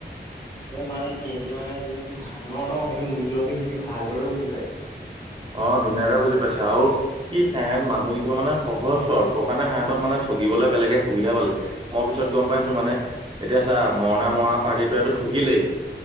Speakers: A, on the left (about 20°); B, on the right (about 30°).
A: এই মানে সিহঁতে মানে যোনটো ধানৰ ন, সেইটো মূজ্যটো সিহঁতে ভালদৰে বুজি পায়।
B: অ', ধুনীয়াকে বুজি পাইছে আৰু কি সিহঁত মানুহ কেইঘৰ মানে সহজ সৰল, সেইকাৰণে সিহঁতক মানে ঠগিবলৈ বেলেগে সুবিধা পালে, মই পিছত গম পাইছো
A: উম
B: মানে, এতিয়া চা মৰণা মৰা পাৰ্টিটোৱেটো ঠগিলেই।